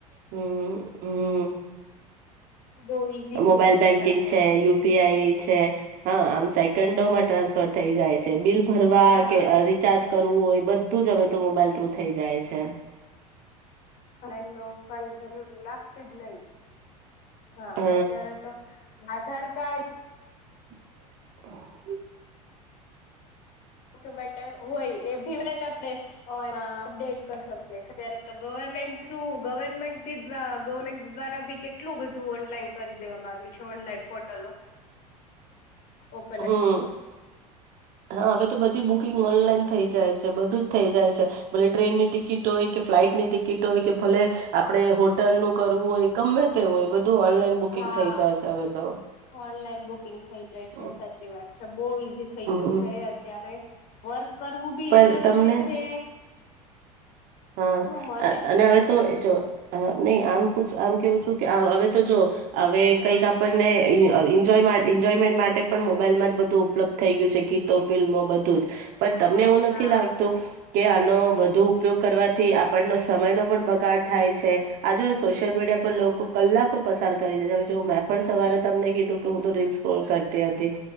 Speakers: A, on the right (about 45°); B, on the left (about 45°).
A: હમ હમ
B: બોવ ઈઝી થઈ
A: મોબાઈલ
B: ગયું
A: બેંકિંગ
B: છે અત્યારે
A: યુપીઆઈ હા આમ સાયકન્ડોમાં ટ્રાન્સફર થઈ જાય. છે બિલ ભરવા
B: હા
A: કે રિચાર્જ કરવું હોય બ ધુ જ હવે તો મોબાઈલ થ્રુ થઇ જાય છે.
B: હ નવ પણ જરૂર લાગતી જ નહીં. હા
A: હ
B: અત્યારે તો આધાર કાર્ડ
A: <unintelligible>
B: ડોકયુમેન્ટ હોય એ ભીવ લઈને આપડે અપડેટ કહી શકીએ છીએ અત્યારે તો ગવર્મેન્ટ તુ ગવર્મેન્ટ બીધવા ગવર્મેન્ટ દ્વારા બી કેટલું બધું ઓનલાઈન કરી દેવામાં આવ્યું છે ઓનલાઈન પોર્ટલો ઓપનરી
A: હમ
B: છે.
A: હા હવે તો બધી બુકિંગ ઓનલાઈન થઈ જાય છે બધું જ થઈ જાય છે ભલે ટ્રેનની ટિકિટ હોય કે ફ્લાઈટ ની ટિકિટ હોય કે ભલે આપડે હોટલનું કરવું હોય ગમે તે હોય બધું ઓનલાઈન બુકિંગ
B: હા,
A: થઈ જાય છે હવે તો.
B: ઓનલાઈન બુકિંગ થઈ જાય
A: હમ,
B: છે સાચી વાત છે બહુ ઈઝી થઈ થઈ
A: હમ.
B: ગયું અત્યારે વર્ક કરવું બી
A: પર
B: એટલું
A: તમને
B: ઈઝી છે.
A: હા
B: શું મને
A: અને હવે તો જો નહી આમ પૂછ આમ કેવું છું કે હવે તો જો અવે કઈક આપણે ઈનેન્જોય એન્જોયમેન્ટ માટે પણ મોબાઈલમાં જ બધું ઉપલબ્ધ થઈ ગયું છે ગીતો ફિલ્મો બધું જ. પણ તમને એવું નથી
B: હા
A: લાગતું કે આનો વધુ ઉપયોગ કરવાથી આપણનો સમયનો પણ બગાડ થાય છે આ જો સોશિયલ મીડિયા પર લોકો કલાકો પસાર કરી દે છે જો મેં પણ સવારે તમને કીધું કે હું તો રીલ સ્કોલ કરતી હતી